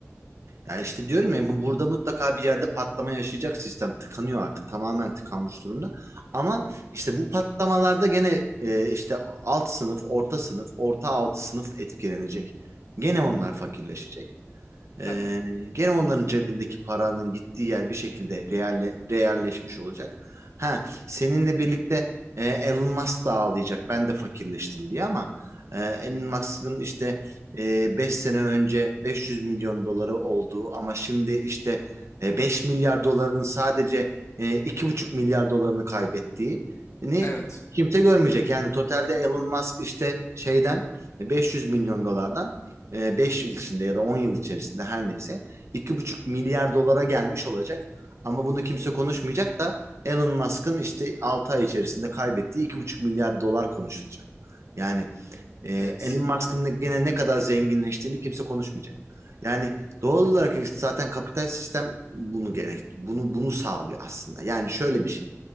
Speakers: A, on the right; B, on the left.
A: Ya işte diyorum ya bu- burada mutlaka bir yerde patlama yaşayacak sistem. Tıkanıyor artık. Tamamen tıkanmış durumda. Ama işte bu patlamalarda gene e, işte alt sınıf, orta sınıf, orta altı sınıf etkilenecek. Gene onlar fakirleşecek. Ee,
B: Tabii.
A: gene onların cebindeki paranın gittiği yer bir şekilde realle, realleşmiş olacak. Ha, seninle birlikte e, Elon Musk da ağlayacak. Ben de fakirleştim diye ama e, Elon Musk'ın işte 5 sene önce 500 milyon doları olduğu ama şimdi işte e, 5 milyar dolarının sadece e, 2,5 milyar dolarını kaybettiğini
B: Evet.
A: kimse görmeyecek. Yani totalde Elon Musk işte şeyden e, 500 milyon dolardan e, 5 yıl içinde ya da 10 yıl içerisinde her neyse iki buçuk milyar dolara gelmiş olacak. Ama bunu kimse konuşmayacak da Elon Musk'ın işte 6 ay içerisinde kaybettiği iki buçuk milyar dolar konuşulacak. Yani e,
B: Evet.
A: Elon Musk'ın gene ne kadar zenginleştiğini kimse konuşmayacak. Yani doğal olarak işte zaten kapital sistem bunu gerek, bunu bunu sağlıyor aslında. Yani şöyle bir şey.